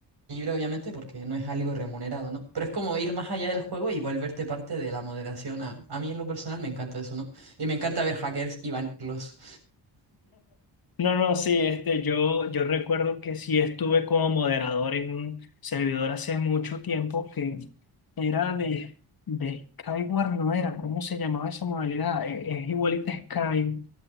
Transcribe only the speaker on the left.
No, no, sí, este, yo, yo recuerdo que sí estuve como moderador en un servidor hace mucho tiempo que era de, de Skyward, no era, ¿cómo se llamaba esa modalidad? E- Es, igualita a Sky,